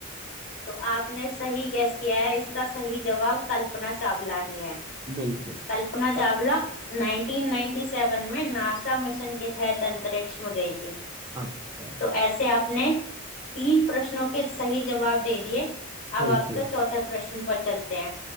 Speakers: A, on the left (about 50°); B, on the right (about 20°).
A: तो आपने सही गैस किया है इसका सही जवाब कल्पना चावला ही है
B: बिल्कुल
A: कल्पना
B: अ-
A: चावला 1997 में नासा मिशन के तहत अंतरिक्ष में गई थी
B: अच्छा
A: तो ऐसे आपने तीन प्रश्नों के सही जवाब दे दिए अब
B: बिल्कुल
A: आपके चौथे प्रश्न पर चलते हैं